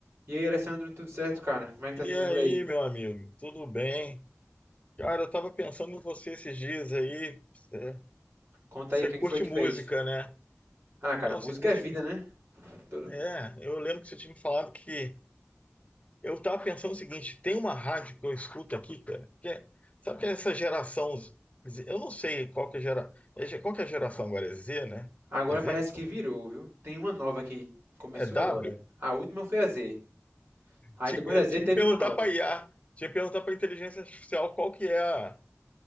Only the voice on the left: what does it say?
E
aí,
meu amigo, tudo bem? Cara, eu tava pensando em você esses dias aí. Você,
você
curte
música,
né?
Não,
você curte.
É, eu lembro que você tinha me falado que. Eu tava pensando o seguinte: tem uma rádio que eu escuto aqui, cara, que é- sabe que é essa geração. Z- Eu não sei qual que é a gera, é ge- qual que é a geração agora? É Z, né?
É Z?
É W?
Tinha,
eu
tinha
que perguntar
para IA, tinha que perguntar para inteligência artificial qual que é a,